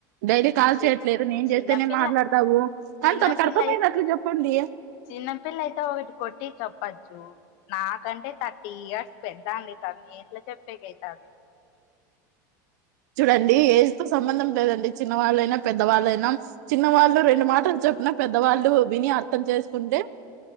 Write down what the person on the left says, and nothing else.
చిన్న
చిన్నపిల్ల
చిన్నపిల్ల
చిన్నపిల్ల అయితే ఒకటి కొట్టి చెప్పచ్చు నాకంటే థర్టీ ఇయర్స్ పెద్ద అండి తను ఎట్లా చెప్పేకైతాంది